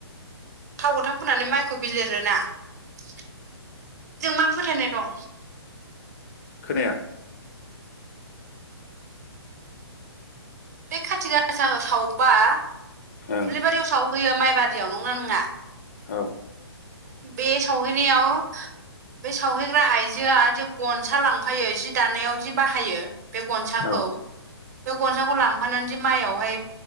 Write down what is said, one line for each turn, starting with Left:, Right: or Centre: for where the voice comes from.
Right: थाव गोथां फोननानै माइखौ बिलिरोना बेजों मा फोथायनाय दं
Left: खोनाया
Right: बे खाथि गासा सावबा दुब्लि
Left: ओं
Right: बारियाव सावहैयो माइबा रियाव नंगौ ना नंङा
Left: औ
Right: बे सावहैनायाव बे सावहैग्रा आइजोआ जि गनसा लांफायो जि दानायाव जि बाहायो बे गनसाखौ
Left: औ
Right: बे गनसाखौ लांफानानै जे माइआवहाय